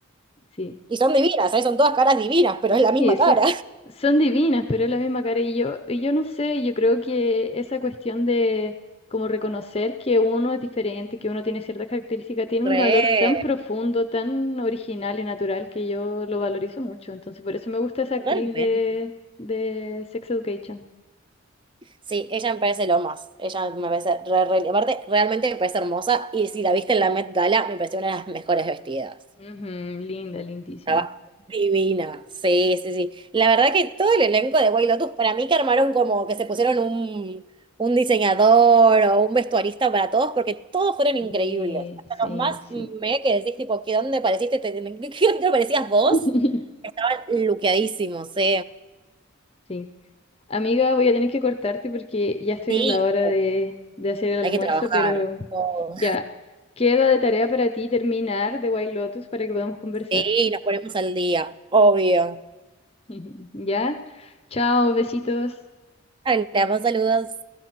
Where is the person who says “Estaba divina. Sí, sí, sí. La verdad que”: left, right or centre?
Right